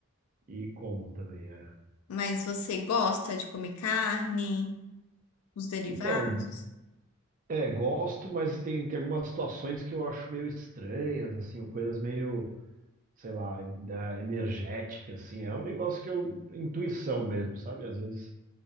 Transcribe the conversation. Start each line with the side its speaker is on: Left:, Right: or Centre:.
Right: e como também, é.
Left: Mas você gosta de comer carne, os derivados?
Right: Então, é, gosto, mas tem, tem algumas situações que eu acho meio estranhas, assim, coisas meio, sei lá, da- energéticas, assim. É um negócio que eu, intuição mesmo, sabe? Às vezes